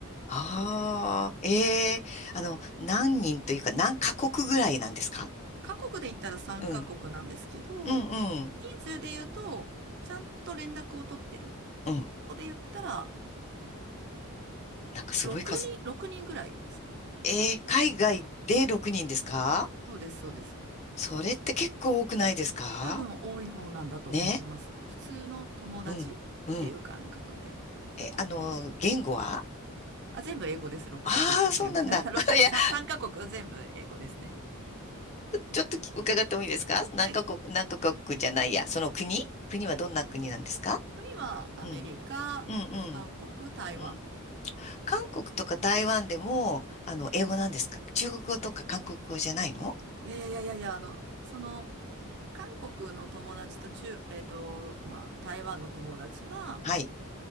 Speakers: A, on the left; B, on the right.
A: ああ、ええあの、何人というか、何カ国ぐらいなんですか
B: 各国で言ったら3カ国なんですけど、
A: うん、うん、うん、
B: 人数で言うと、ちゃんと連絡を取ってる。
A: うん。
B: ここで言ったら、
A: なんかすごい数。
B: 6人、6人ぐらいですかね。
A: ええ海外で6人ですか
B: そうです、そうです。
A: それって結構多くないですか
B: 多分多い方なんだと思います。
A: ね
B: 普通の友達っていう感覚で。
A: うん、うん。え、あの、言語は
B: あ、全部英語です。6カ国全部。
A: ああー、そうなんだ。
B: <laughs>
A: <laughs>
B: 6カ国、3、カ国全部英語ですね。
A: ちょっと伺ってもいいですか何カ国、
B: はい。
A: 何カ国じゃないや、その国国はどんな国なんですか
B: 国はアメリカ、
A: うん。うん、うん、
B: 韓国、台湾。
A: うん。韓国とか台湾でも、あの、英語なんですか中国語とか韓国語じゃないの
B: いやいやいやいやいや、あの、その、韓国の友達と中、えっと、まあ、台湾の友達は、
A: はい。